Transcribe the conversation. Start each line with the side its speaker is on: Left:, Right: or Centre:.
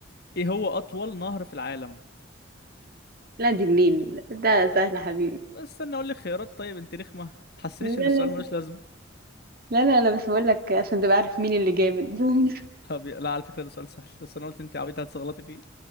Left: ايه هو اطول نهر في العالم
Right: لا دي النيل
Left: دي-
Right: ده سهل يا حبيبي
Left: بس استنى اقول لك خيارات طيب انت رخمه ما تحسنيش
Right: لا
Left: ان السؤال
Right: لا لا
Left: ملوش لازمه
Right: لا لا انا بس بقول لك عشان تبقى عارف مين اللي جامد <laughs>
Left: هبي... لا على فكرة ده سؤال سهل بس انا قلت انت عبيطة هتغلطي فيه